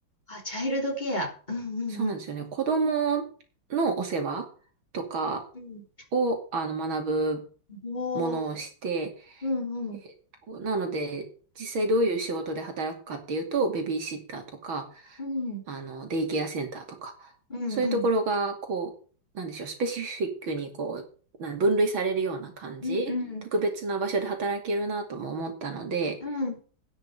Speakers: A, on the left; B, on the right.
A: あ、チャイルドケア。うんうんうん。
B: そうなんですよね。子供のお世話とか
A: う
B: を、あの、学ぶ
A: ん。おー。
B: ものをして、
A: うんうん。
B: えっと、なので、実際どういう仕事で働くかっていうと、ベビーシッターとか、
A: うん。
B: あの、デイケアセンターとか、
A: うんうん。
B: そういうところが、こう、なんでしょう、スペシフィックにこう、な分類されるような感じ、
A: うんうん。
B: 特別な場所で働けるなとも思ったので、
A: うん。